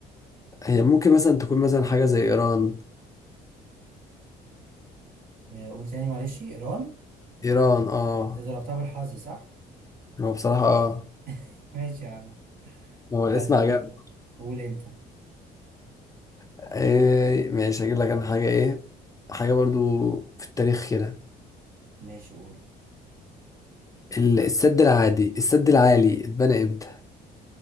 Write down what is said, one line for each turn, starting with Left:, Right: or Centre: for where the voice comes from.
Left: هي ممكن مثلا تكون مثلا حاجة زي ايران
Right: آه، قول تاني معلش إيران
Left: ايران اه
Right: انت ضربتها بالحظ صح؟
Left: هو بصراحة اه
Right: <laughs> ماشي يا عم
Left: هو
Right: يلا
Left: الاسم عجبني
Right: قول قول انت
Left: آه ماشي هجيب لك انا حاجة ايه حاجة برضو في التاريخ كده
Right: ماشي قول
Left: ال- السد العالي السد العالي اتبنى امتى؟